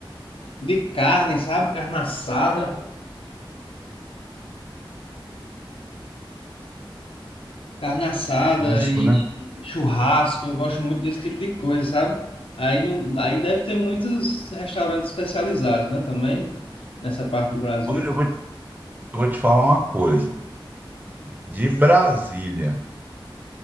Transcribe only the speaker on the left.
de carne, sabe? Carne assada, carne assada
e
e churrasco, eu gosto muito desse tipo de coisa, sabe? Aí, não, aí deve ter muitos restaurantes especializados, né? Também nessa parte do Brasil.